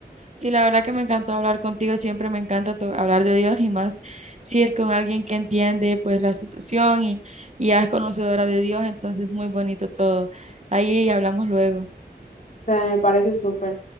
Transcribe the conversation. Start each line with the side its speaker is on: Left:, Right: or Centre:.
Right: Sí, la verdad que me encantó hablar contigo, siempre me encanta to- hablar de Dios y más si es con alguien que entiende pues la situación y, y ya es conocedora de Dios, entonces muy bonito todo. Ahí hablamos luego.
Left: O sea, me parece súper.